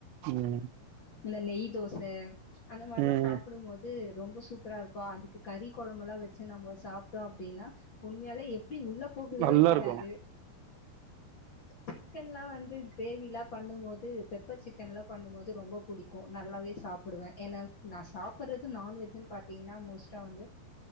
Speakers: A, on the right; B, on the left.
A: ம்
B: இந்ல நெய் தோச அந்த மார்ல்லா
A: ம்
B: சாப்டு போது ரொம்ப சூப்ரா இருக்கு அதுக்கு கறி கொழம்பெல்லா வச்சு நம்ப சாப்ட்டோ அப்டின்னா உண்மையால எப்டி உள்ள போகுதுனே
A: நல்லா
B: தெரியாது
A: இருக்கு
B: சிக்கன்லா வந்து கிரேவிலா பண்ணும்போது பெப்பர் சிக்கன்லா பண்ணும்போது ரொம்ப புடிக்கு நல்லாவே சாப்டுவே ஏன நா நா சாப்புட்றது நான்வெஜ்ன்னு பா பாத்திங்ன்னா அ மோஸ்ட்டா வந்து